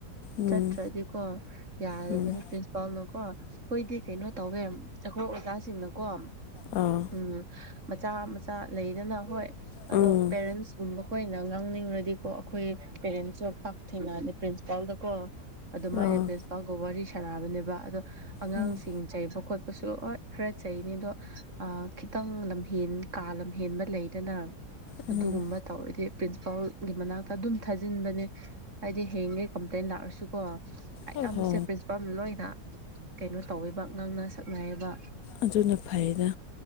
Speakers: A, on the left; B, on the right.
A: ꯎꯝ
B: ꯆꯠꯇ꯭ꯔꯗꯤꯀꯣ ꯌꯥꯗꯕꯅꯤ
A: ꯎꯝ
B: ꯄ꯭ꯔꯤꯟꯁꯤꯄꯥꯜꯅꯀꯣ ꯑꯩꯈꯣꯏꯗꯤ ꯀꯩꯅꯣ ꯇꯧꯋꯦ ꯑꯩꯈꯣꯏ ꯑꯣꯖꯥꯁꯤꯡꯅꯀꯣ
A: ꯑꯥ
B: ꯎꯝ ꯃꯆꯥ ꯃꯆꯥ ꯂꯩꯗꯅ ꯍꯣꯏ ꯑꯗꯣ
A: ꯎꯝ
B: ꯄꯦꯔꯦꯟꯁꯒꯨꯝꯕ ꯑꯈꯣꯏꯅ ꯉꯥꯡꯅꯤꯡꯔꯥꯗꯤꯀꯣ ꯑꯈꯣꯏ ꯄꯦꯔꯦꯟꯁꯁꯨ ꯄꯥꯛ ꯊꯦꯡꯅꯗꯦ ꯄ꯭ꯔꯤꯟꯁꯤꯄꯥꯜꯗꯀꯣ ꯑꯗꯨꯃꯥꯏꯅ
A: ꯑꯥ
B: ꯄ꯭ꯔꯤꯟꯁꯤꯄꯥꯜꯒ ꯋꯥꯔꯤ ꯁꯥꯟꯅꯕꯅꯦꯕ ꯑꯗꯣ ꯑꯉꯥꯡꯁꯤꯡ
A: ꯎꯝ
B: ꯆꯩꯕ ꯈꯣꯠꯄꯁꯨ ꯍꯣꯏ ꯈꯔ ꯆꯩꯅꯤ ꯑꯗꯣ ꯑꯥ ꯈꯤꯇꯪ ꯂꯝꯍꯦꯟ ꯀꯥ ꯂꯝꯍꯦꯟꯕ ꯂꯩꯗꯅ
A: ꯎꯝ
B: ꯑꯗꯨꯒꯨꯝꯕ ꯇꯧꯔꯥꯗꯤ ꯄ꯭ꯔꯤꯟꯁꯤꯄꯥꯜꯒꯤ ꯃꯅꯥꯛꯇ ꯑꯗꯨꯝ ꯊꯥꯖꯤꯟꯕꯅꯦ ꯍꯥꯏꯗꯤ ꯍꯌꯦꯡꯒꯩ ꯀꯝꯄ꯭ꯂꯦꯟ ꯂꯥꯛꯑꯁꯨꯀꯣ ꯑꯌꯥꯝ
A: ꯑꯣ
B: ꯆꯠꯄꯁꯦ ꯄ꯭ꯔꯤꯟꯁꯤꯄꯥꯜ ꯂꯣꯏꯅ ꯀꯩꯅꯣ ꯇꯧꯋꯦꯕ ꯉꯥꯡꯅ ꯁꯛꯅꯌꯦꯕ
A: ꯑꯗꯨꯅ ꯐꯩꯗ